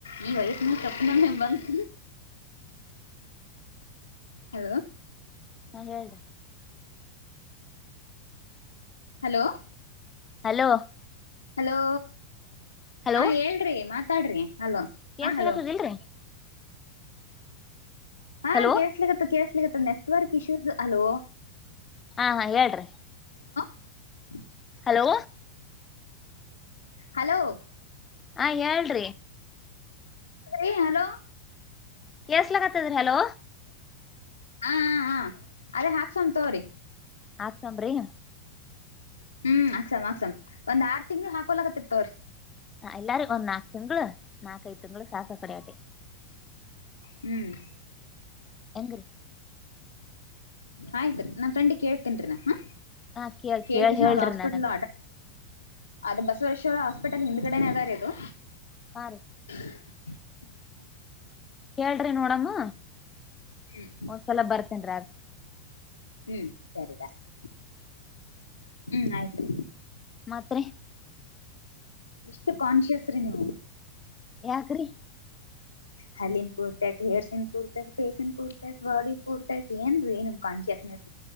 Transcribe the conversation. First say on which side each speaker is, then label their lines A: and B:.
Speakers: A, on the left; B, on the left.
A: ಈ ವಯಸ್ಸಿನ ತಪ್ಪನೊಮ್ಮೆ ಬಂತ ಹಲೋ
B: ಹಾ ಹೇಳ
A: ಹಲೋ
B: ಹಲೋ
A: ಹಲೋ
B: ಹಲೋ
A: ಹಾ ಹೇಳ್ರಿ ಮಾತಾಡ್ರಿ ಹಲೋ
B: ಕೇಸ್ಲಗತ್ತದಿಲ್ರರಿ
A: ಹಾ ಹಲೋ ಹಾ
B: ಹಲೋ
A: ಕೇಳ್ಸ್ಲಿಕ್ಕತ್ ಕೇಳ್ಸ್ಲಿಕ್ಕತ್ ನೆಟ್ವರ್ಕ್ ಇಶ್ಯೂಸ್ ಹಲೋ
B: ಹಾ ಹಾ ಹೇಳ್ರಿ
A: <unintelligible>
B: ಹಲೋ
A: ಹಲೋ
B: ಹ ಹೇಳ್ರಿ
A: ಿ ಹಲೋ
B: ಕೇಸ್ಲಕತ್ತದ್ರಿ ಹಲೋ
A: ಹಾ ಹ ಹ ಅದೇ ಹಾಕ್ಸಮ್ ತೋ್ರಿ
B: ಆಾಕ್ತಂಬ್ರಿ
A: ಹ್ಮ್ ಅಕ್ಸಾಮ್ ಅಕ್ಸಮ್ ಒಂದ್ ಆರ್ ತಿಂಗಗಳು ಹಾಕೊಲಕತ್ತರ್ತವ್ರಿ
B: ಎಲ್ಲಾರಿಗ ಒಂದ್ ನಾಕಕ್ ತಿಂಗಳು ನಾಕಐದು ತಿಂಗಳು ಸಾಕ ಕಡಿಯದೆ
A: ಹ್ಮ್
B: ಹೆಂಗ ರೀ
A: ಆಯ್ತ್ರಿ ನನ್ ಫ್ರೆಂಡಿಗೆ ಕೇಳ್ತೇನ್ರಿೀ ನ ಹ
B: ಹಾ ಕೇಳ್
A: ಕೇಳಳ್
B: ಕೇಳ್
A: ಕಷ್ಣ
B: ಹೇಳ್ರಿ
A: ಅದು ಹಾಸ್ಪಿಟಲ್
B: ನನಗ್
A: ಅದು ಬಸವರೇಶ್ವರ ಹಾಸ್ಪಿಟಲ್ ಹಿಂದ್ಗಡೆನೆೇ ಅದಾರ ಅದು
B: ಆ
A: ಹ
B: ಕೇಳ್ರಿ ನೋಡಮ್ಮ
A: ಹ್ಮ್
B: ಒಂದ್ಸಲ ಬರ್ತೇನ್ರಿ ಅದ
A: ಹ್ಮ್ ಸರಿ ರಾತ್ ಹ್ಮ್ ಆಯ್ತ್ುೀ
B: ಮಾತ್ರಿ
A: ಎಷ್ಟು ಕಾನ್ಶಿಯಸ್ ರೀ ನೀವು
B: ಯಾಕ್ರಿ
A: ಹಲ್ಲಿನ್ ಪೂರ್ತ ಆಕ ಹೇರ್ಸನ್ ಪೂರ್ತ ಆಕ ಫೇಸನ್ ಪೂರ್ತ ಆಕ್ ಬಾಡಿ ಪೂರ್ತ ಆಕ ಏನ್ರೀ ನಿಮ್ ಕಾನ್ಸಿಯಸ್ನೆಸ್